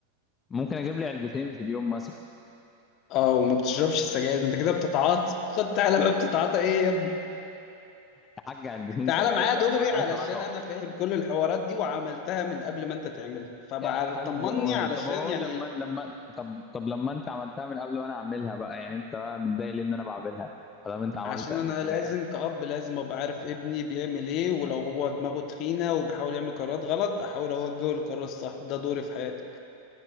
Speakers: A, on the left; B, on the left.
A: ممكن اجيب لي علبتين في اليوم مثلا
B: اه وما بتشربش سجاير انت كده بتتعاطى خد تعالى بقى بتتعاطى ايه يا ابني
A: يا حاج علبتين
B: تعالى
A: سجاير
B: معايا
A: ده
B: دغري
A: ما لهاش
B: علشان
A: علاقه
B: انا فاهم كل الحوارات دي وعملتها من قبل ما انت تعملها فبعرف
A: يا حاج
B: طمني
A: ما-
B: علشان
A: طب هو
B: يعني
A: لما لما طب طب لما انت عملتها من قبل وانا اعملها بقى يعني انت بقى متضايق ليه ان انا بعملها طالما انت عملت
B: عشان
A: قبل
B: انا
A: كده
B: لازم
A: يعني
B: كأب لازم ابقى عارف ابني بيعمل ايه ولو هو دماغه تخينة وبيحاول يعمل قرارات غلط احاول اوجهه للقرار الصح ده دوري في حياتك